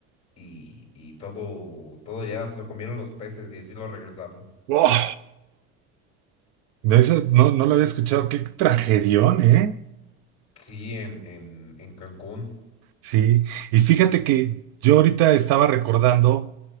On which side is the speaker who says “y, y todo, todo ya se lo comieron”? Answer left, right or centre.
Left